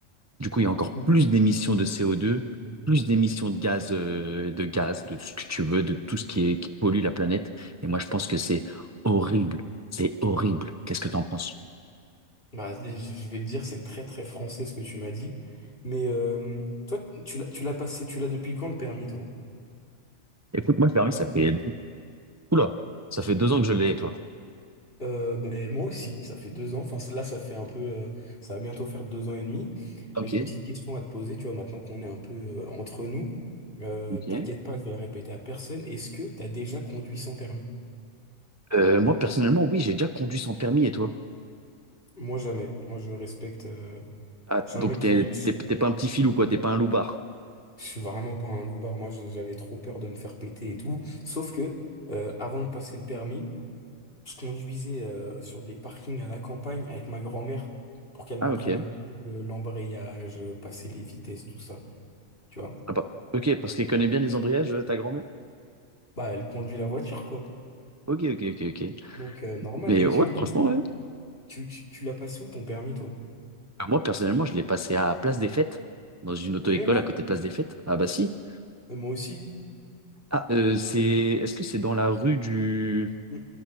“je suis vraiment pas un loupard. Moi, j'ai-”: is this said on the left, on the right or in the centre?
Left